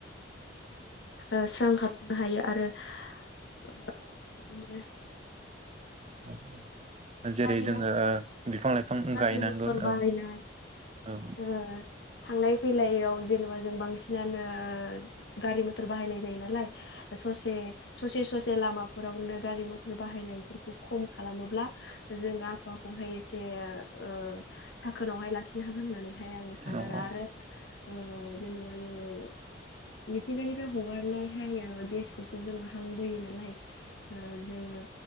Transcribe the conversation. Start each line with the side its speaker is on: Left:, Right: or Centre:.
Left: ओ सोंहाबनो हायो आरो ओ थिग बिदिनो
Right: औ
Left: गारि
Right: जेरै जोङो
Left: मथर
Right: ओ बिफां लाइफां
Left: गारि
Right: गायनांगोन
Left: मथर बाहायनाय
Right: औ औ
Left: ओ थांलाय फैलायाव जों जेनेबा बांसिनानो ओ गारि मथर बाहायनाय जायो नालाय ससे ससे ससे जे लामाफोरावनो गारि मटर बाहायनायफोरखौ खम खालामोब्ला जों आबहावाखौहाय एसे ओ साखोनावहाय लाखिनो‌ हागोन‌ होननानै हाय आं सानो
Right: औ
Left: आरो। आरो ओ जेनेबा जोङो मिथिंगानिफ्राय हगारनायहाय गेसखौसो जों हां बोयो नालाय ओ जोङो